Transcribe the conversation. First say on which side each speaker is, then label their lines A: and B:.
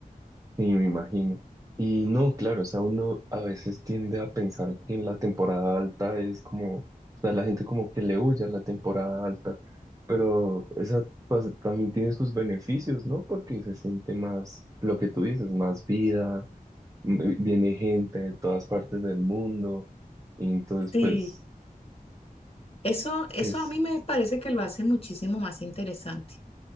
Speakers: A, on the right; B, on the left.
A: Sí, me imagino. Y no, claro, o sea, uno a veces tiende a pensar que en la temporada alta es como, o sea, la gente como que le huye a la temporada alta, pero esa pues, también tiene sus beneficios, ¿no? Porque se siente más, lo que tú dices, más vida, m- viene gente de todas partes del mundo, y entonces
B: Sí.
A: pues
B: Eso, eso
A: es,
B: a mí me parece que lo hace muchísimo más interesante.